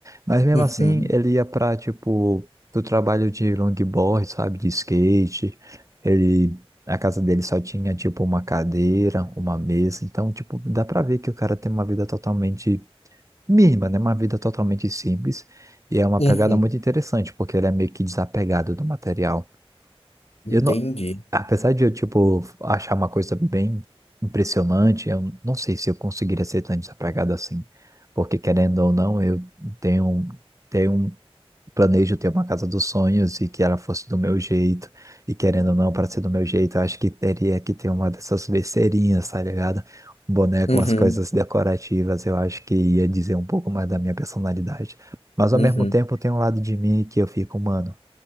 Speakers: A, on the right; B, on the left.
A: mas mesmo
B: uhum,
A: assim, ele ia pra, tipo, do trabalho de longboard, sabe, de skate, ele... A casa dele só tinha, tipo, uma cadeira, uma mesa. Então, tipo, dá pra ver que o cara tem uma vida totalmente Mima, né? Uma vida totalmente simples e é uma
B: uhum.
A: pegada muito interessante, porque ele é meio que desapegado do material.
B: Entendi.
A: Eu não, apesar de eu, tipo, achar uma coisa bem impressionante, eu não sei se eu conseguiria ser tão desapegado assim, porque querendo ou não, eu tenho, tenho um planejo ter uma casa dos sonhos e que ela fosse do meu jeito, e querendo ou não, para ser do meu jeito, eu acho que teria que ter uma dessas besteirinhas, tá ligado? Um boneco,
B: Uhum,
A: umas coisas decorativas, eu acho que ia dizer um pouco mais da minha personalidade. Mas ao
B: uhum,
A: mesmo tempo tem um lado de mim que eu fico, mano,